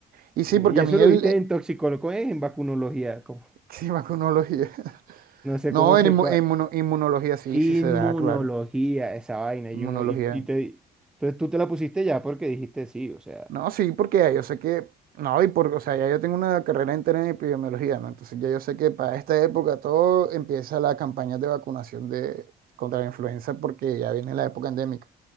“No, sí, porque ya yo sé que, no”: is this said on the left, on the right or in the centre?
Right